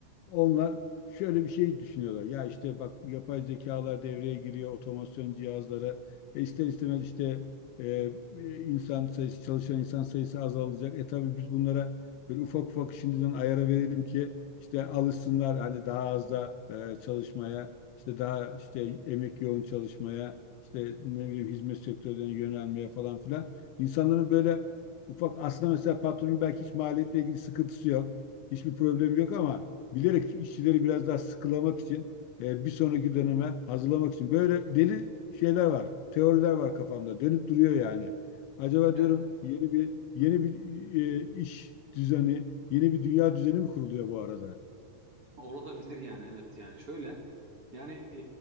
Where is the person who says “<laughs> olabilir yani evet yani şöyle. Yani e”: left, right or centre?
Right